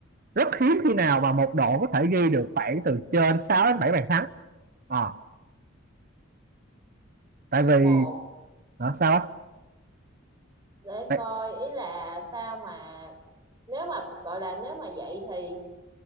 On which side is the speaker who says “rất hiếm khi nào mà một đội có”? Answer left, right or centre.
Right